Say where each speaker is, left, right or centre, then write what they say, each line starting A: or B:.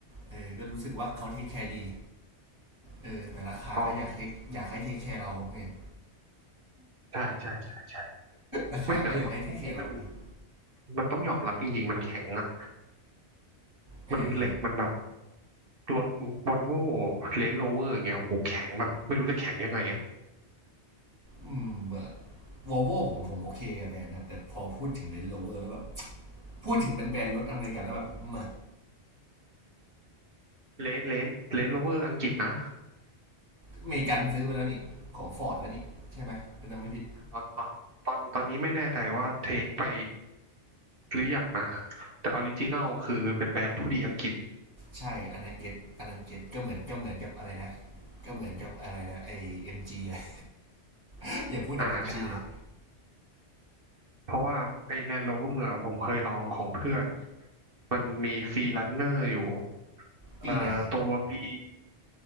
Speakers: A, on the right; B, on the right.
A: เออก็รู้สึกว่าเขาเทคแคร์ดีเออแต่ราคาก็อยากเทคอยากให้เทคแคร์เราเหมือนกัน
B: ก็ใช่ใช่ใช่ใช่
A: ราคาก็อยากให้เทคแคร์เราอย่างเงี้ย
B: ไม่แต่ว่าพวกนี้มันมันต้องยอมรับจริงๆมันแข็งอ่ะ
A: เออ
B: มันเหล็กมันแบบรถวอลโว่เลนโรเวอร์เงี้ยโอ้โหแข็งแบบไม่รู้จะแข็งยังไงอ่ะ
A: อืมแบบวอลโวผมผมโอเคกับแบรนด์นะแต่พอพูดถึงเลนโรเวอร์แล้วแบบพูดถึงเป็นแบรนด์รถอเมริกันแล้วแบบเม
B: เลนเลนเลนโรเวอร์อังกฤษนะ
A: อเมริกันซื้อไปแล้วนี่ของฟอร์ดแล้วนี่ใช่ไหมถ้าจำไม่ผิด
B: ตอนตอนตอนตอนนี้ไม่แน่ใจว่าเทคไปหรือยังนะ แต่ออริจินัลคือเป็นแบรนด์ผู้ดีอังกฤษ
A: ใช่ อันนั้นเก็ตอันนั้นเก็ตก็เหมือนก็เหมือนกับอะไรนะ ก็เหมือนกับอะไรนะ ไอเอ็มจีอะ <laughs> อย่าพูดถึงเอ็มจีเลย
B: อ่าใช่เพราะว่าไอ้ Land Rover อะผมเคยลองของเพื่อน มันมีฟรีลันเนอร์อยู่
A: ปีไหน
B: เอ่อตัวปี